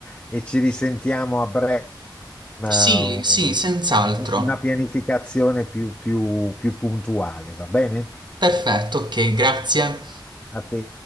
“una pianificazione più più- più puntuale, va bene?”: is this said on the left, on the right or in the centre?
Left